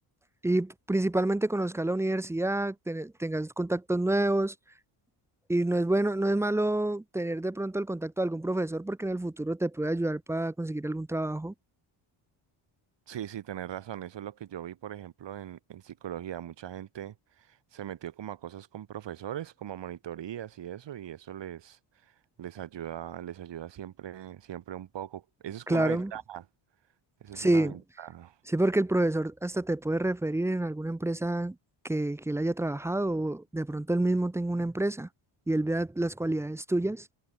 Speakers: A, in the centre; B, on the right.
A: y principalmente conozcas la universidad, ten- tengas contactos nuevos Y no es bueno, no es malo tener de pronto el contacto de algún profesor porque en el futuro te puede ayudar para conseguir algún trabajo.
B: Sí, sí, tenés razón. Eso es lo que yo vi, por ejemplo, en, en psicología. Mucha gente se metió como a cosas con profesores, como a monitorías y eso, y eso les, les ayuda, les ayuda siempre, siempre un poco. Eso es como
A: Claro,
B: una ventaja. Esa
A: sí,
B: es una ventaja.
A: sí, porque el profesor hasta te puede referir en alguna empresa que, que él haya trabajado o de pronto él mismo tenga una empresa y él vea las cualidades tuyas